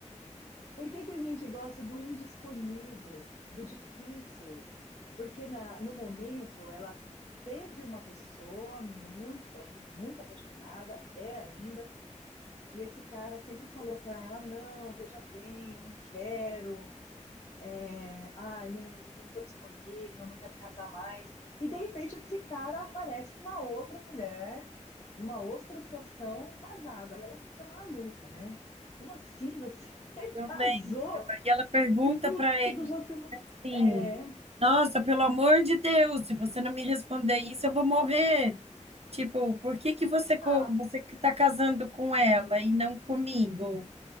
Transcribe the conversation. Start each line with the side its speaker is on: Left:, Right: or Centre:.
Left: Por que que a gente gosta do indisponível, do difícil? Porque na- no momento ela teve uma pessoa muito, que ela foi muito apaixonada, é ainda, e esse cara sempre falou para ela, não, veja bem, eu não quero, é, ai, não, não tô disponível, não quero casar mais. E de repente esse cara aparece com uma outra mulher, numa outra situação, casado. Aí ela fica maluca, né? Como assim você <laughs>
Right: eu
Left: casou?
Right: lembro. E ela pergunta
Left: Se comigo
Right: para ele,
Left: você não.
Right: sim.
Left: É.
Right: Nossa, pelo amor de Deus, se você não me responder isso, eu vou morrer. Tipo, por que que você, co-
Left: Ah,
Right: você que tá casando com ela e não comigo?